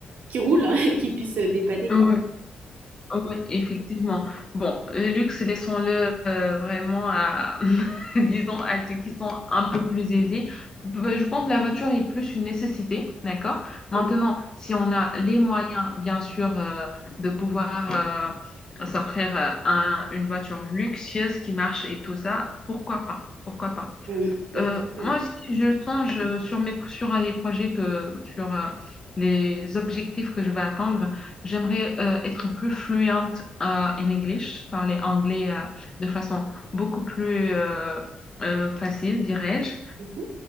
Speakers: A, on the right; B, on the left.
A: qui roule hein, <laughs> et qui puisse euh, dépanner,
B: Oui,
A: quoi.
B: oui, effectivement. Bon, le luxe, laissons-le euh, vraiment à, <laughs> disons, à ceux qui sont un peu plus aisés. Bah, Je pense que la voiture est plus une nécessité, d'accord? Maintenant,
A: Mm.
B: si on a les moyens, bien sûr, euh, de pouvoir euh, s'offrir euh, un- une voiture luxueuse qui marche et tout ça, pourquoi pas? Pourquoi pas?
A: Oui, exactement.
B: Euh, moi aussi, je songe euh, sur mes, sur euh, les projets que, sur euh, les objectifs que je vais atteindre. J'aimerais euh, être plus fluente euh, en English, parler anglais euh, de façon beaucoup plus euh, euh, facile, dirais-je,
A: Mhm.